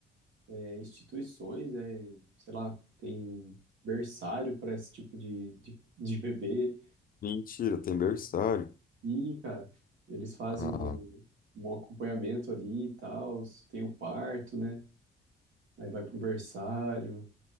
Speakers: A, on the right (about 70°); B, on the left (about 45°).
A: é, instituições, é, sei lá, tem berçário para esse tipo de, de, de bebê.
B: Mentira, tem berçário.
A: Sim, cara, eles fazem
B: Ah,
A: um, um acompanhamento ali e tal, tem o parto, né? Aí vai pro berçário.